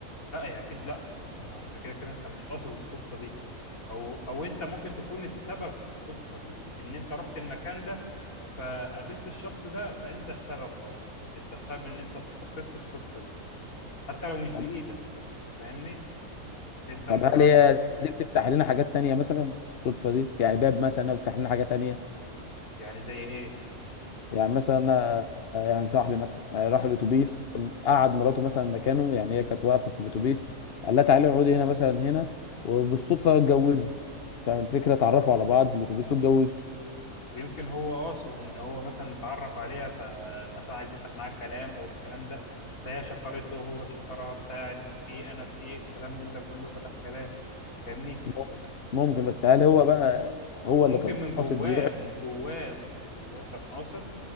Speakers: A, on the left; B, on the left.
A: لا يعني اكيد لا ما انت كده كده انت مش قاصد الصدفه دي او او انت ممكن تكون السبب في الصدفه دي ان انت رحت المكان ده فقابلت الشخص ده فانت السبب اه انت السبب ان انت اتحطيت في الصدفه دي حتى لو مش
B: طب
A: بايدك أنت فاهمني بس انت مجرد
B: طب هل هي دي بتفتح لنا حاجات تانية مثلا الصدفه دي يعني باب مثلا بيفتح لنا حاجه تانية
A: يعني زي ايه
B: يعني مثلا أنا- يعني صاحبي مثلا راح الاتوبيس قعد مراته مثلا مكانه يعني هي كانت واقفه في الاتوبيس قال لها تعالي اقعدي هنا مثلا هنا وبالصدفه اتجوزوا فاهم الفكره اتعرفوا على بعض في الاتوبيس واتجوزوا
A: ويمكن هو قاصد ان هو مثلا يتعرف عليها فمثلا عايز يفتح معاك كلام او الكلام ده فهي شكرته هو شكرها بتاع انت في ايه انا في ايه الكلام من ده كله فتح كلام فاهمني
B: ممكن ممكن بس هل هو بقى هو
A: وممكن
B: اللي كان
A: من جواه
B: قاصد يروح
A: من جواه من جواه كان قاصد